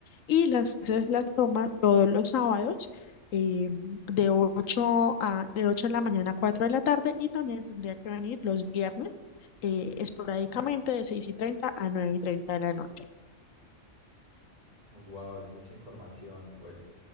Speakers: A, on the left (about 90°); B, on the right (about 30°).
A: y las clases las toma todos los sábados. eh, de ocho a, de 8 de la mañana a 4 de la tarde y también tendría que venir los viernes eh, esporádicamente de 6 y 30 a 9 y 30 de la noche.
B: Wow, es mucha información y pues